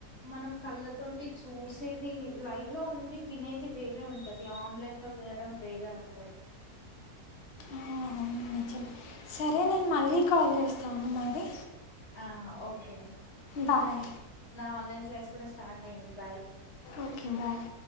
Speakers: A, on the left; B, on the left.
A: మనం కళ్ళతోటి చూసేది లై లో ఉండి వినేది వేరే ఉంటది, ఆన్లైన్ లో ఉంటై వేరే ఉంటది
B: అవును నిజం సరే నేను మళ్ళీ కాల్ చేస్తాను మరి.
A: ఆ ఓకే
B: బాయ్
A: నా ఆన్లైన్ క్లాస్ కూడా స్టార్ట్ అయింది, బాయ్
B: ఓకే బాయ్